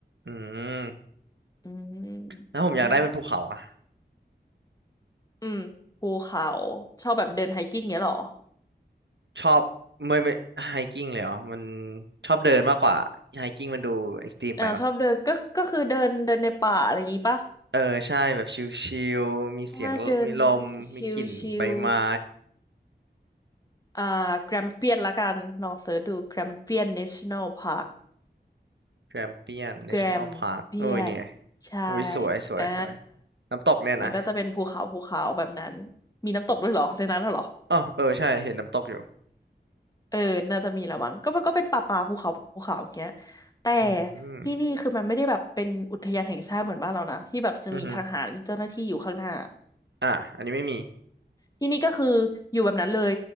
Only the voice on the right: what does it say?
อืม
แล้วผมอยากได้เป็นภูเขาอะ
ชอบไม่ไม่ไฮกิ้งเลยเหรอมันชอบเดินมากกว่าไฮกิ้งมันดูเอ็กซ์ตรีมไปปะ
เออใช่แบบชิลๆมีเสียงมีลมมีกลิ่นใบไม้
แกรมเปียน
n a t น o n ลพาร์ k เอ้ยเนี่ย
โอ้ยสวยสวยสวย
น้ำตกเนี่ยนะ
อ๋อเออใช่เห็นน้ำตกอยู่
อืม
อือฮึอ่ะอันนี้ไม่มี